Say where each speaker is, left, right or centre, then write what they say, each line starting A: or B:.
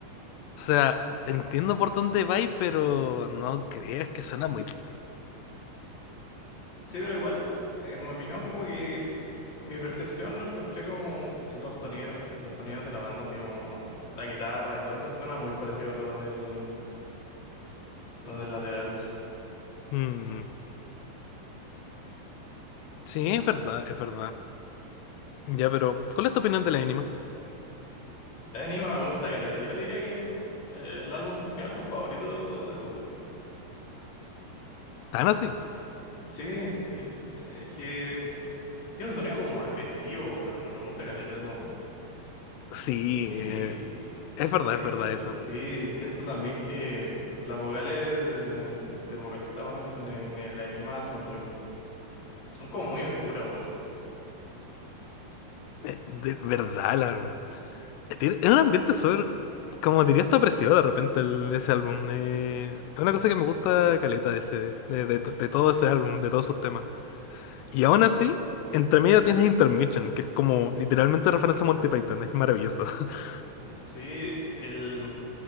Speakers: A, on the left; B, on the left.
A: sea, entiendo por dónde vais, pero no creas que suena muy... bien.
B: Sí, pero igual, en mi opinión, como que mi percepción lo encontré como en los sonidos, eh, los sonidos de la banda, así como la guitarra y todo eso, suena muy parecido a lo del, lo del Lateralus.
A: Mm, sí, es verdad, es verdad. Ya, pero ¿cuál es tu opinión de la anima?
B: El anima me gusta caleta. Yo diría que eh, el álbum, mi álbum favorito de Tool, weón.
A: ¿Tan así?
B: Eh, Sí, es, es que tiene un sonido como agresivo, weón. Me gusta caleta eso.
A: Sí,
B: Y
A: eh, es verdad,
B: siento,
A: es verdad eso.
B: sí, siento también que las vocales de, de vocalista, weón, en, en el anime son muy, son como muy oscuras, weón.
A: Eh, de verdad, la... mm, tiene- Es un ambiente súper, como diría, está opresivo de repente el- ese álbum. eh, es una cosa que me gusta caleta de, ese, de, de to- de todo ese álbum, de todos sus temas. Y aún así, entre medio tienes Intermission, que es como literalmente referencia a Monty Python, es maravilloso. <laughs>
B: Sí, el,